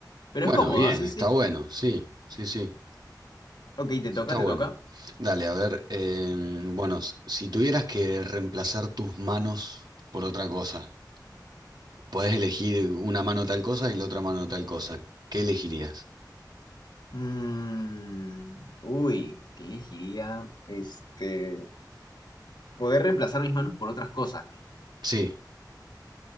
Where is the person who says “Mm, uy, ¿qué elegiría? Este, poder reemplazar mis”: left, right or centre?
Left